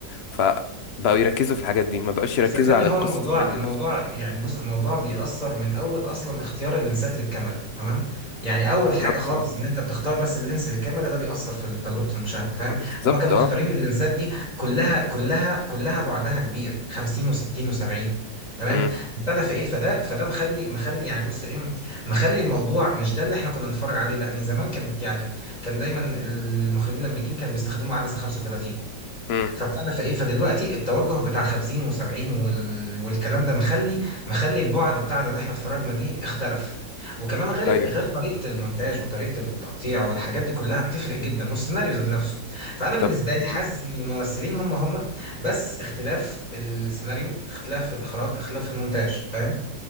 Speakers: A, on the left; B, on the left.
A: فبقوا يركزوا في الحاجات دي ما بقوش يركزوا
B: صدقني
A: على
B: هو
A: قصه
B: الموضوع
A: الفيلم
B: الموضوع
A: نفسه
B: يعني بص الموضوع بيأثر من أول أصلا اختيار اللينسات للكاميرا تمام يعني أول حاجة
A: بالظبط
B: خالص
A: اه
B: إن أنت بتختار بس اللينس للكاميرا ده بيأثر في تجربة المشاهدة فاهم
A: بالظبط
B: هما كانوا
A: اه
B: مختارين اللينسات دي كلها كلها كلها بعدها كبير 50 و60 و70 تمام
A: امم
B: ابتدى في ايه فده فده مخلي مخلي يعني بص ايه مخلي الموضوع مش ده اللي احنا كنا بنتفرج عليه لان زمان كانت يعني كان دايما المخرجين الامريكيين كانوا بيستخدموا عدسه 35
A: امم
B: فبتعرف ايه فدلوقتي التوجه بتاع 50 و70 وال... والكلام ده مخلي مخلي البعد بتاعنا اللي احنا اتفرجنا بيه اختلف وكمان غير
A: ايوه
B: ال- غير طريقه المونتاج وطريقه التقطيع والحاجات دي كلها بتفرق جدا والسيناريو ذات نفسه فانا بالنسبه
A: طب
B: لي
A: مم.
B: حاسس ان الممثلين هم هم بس اختلاف السيناريو اختلاف الاخراج اختلاف المونتاج فاهم